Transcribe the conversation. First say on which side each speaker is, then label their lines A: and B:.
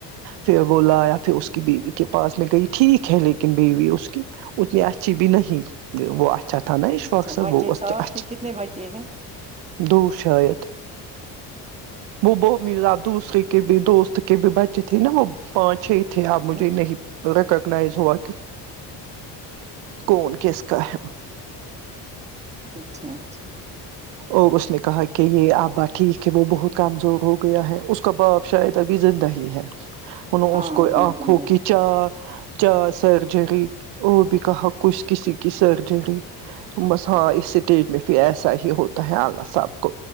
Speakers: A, on the right; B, on the right.
A: پھر وہ لایا پھر اس کی بیوی کے پاس میں گئی ٹھیک ہے لیکن بیوی اس کی اتنی اچھی بھی نہیں وہ اچھا تھا نا اشفق
B: اچھا
A: صا
B: بچے
A: وہ
B: ساتھ
A: اچ
B: تھے کتنے بچے ہیں
A: دو شائید وہ بہت ملا دوسرے کے بھی دوست کے بھی بچے تھے نا وہ پانچ چھ ہی تھے اب
B: بس۔
A: مجھے نہیں ریکاگنائز ورک کون کس کا ہے
B: اچھا اچھا
A: اور اس نے کہا کہ یہ آبا ٹھیک ہے وہ بہت کامزور ہو گیا ہے اس کا بعد شاید ابھی زندہ ہی ہے انوں
B: ہاں
A: اس کو
B: یوں
A: آنکھوں
B: زندہ ہے
A: کی چا چار سرجری اور بھی کہا کچھ کسی کی سرجری ہم بس ہاں اس سٹیج میں پھر ایسا ہی ہو تو ہے اللہ صاحب کو